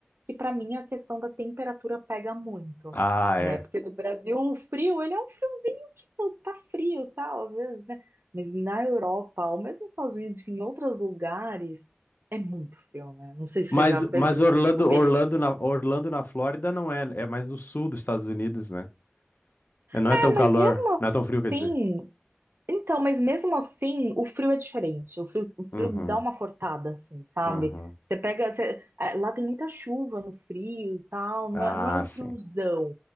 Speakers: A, on the right; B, on the left.
A: que para mim a questão da temperatura pega muito,
B: Ah,
A: né?
B: é.
A: Porque no Brasil o frio, ele é um frio que putz, tá frio, e tal, às vezes, né? Mas na Europa, ou mesmo nos Estados Unidos, enfim, em outros lugares, é muito frio, né? Não sei se
B: Mas,
A: você já,
B: mas
A: se você
B: Orlando,
A: pegou períodos.
B: Orlando na, Orlando na Flórida não é, é mais no sul dos Estados Unidos, né? É, Não
A: É,
B: é tão calor,
A: mas mesmo
B: não
A: assim,
B: é tão frio, quer dizer.
A: então, mas mesmo assim, o frio é diferente. O frio, o
B: Uhum,
A: frio dá uma cortada, assim, sabe?
B: uhum.
A: Você pega, você- é, lá tem muita chuva no frio e tal, não
B: Ah,
A: é, não é um friozão,
B: sim.